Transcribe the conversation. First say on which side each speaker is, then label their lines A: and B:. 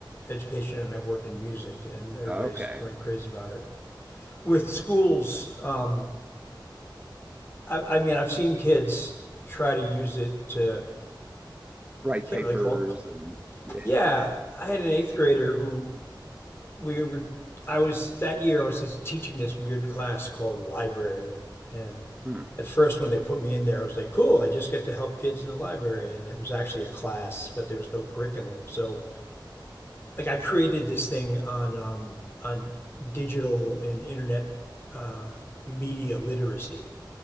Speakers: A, on the left; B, on the right.
A: education and I work in music, and everybody's
B: Okay,
A: going crazy about it. With schools, um, I, I mean, I've seen kids try to use it to,
B: write
A: can't
B: papers
A: really call it.
B: and yeah.
A: Yeah, I had an eighth grader who we were I was that year I was just teaching this weird class called library and
B: Hmm.
A: at first when they put me in there I was like cool I just get to help kids in the library and it was actually a class but there was no curriculum so like I created this thing on um, on digital and internet uh, media literacy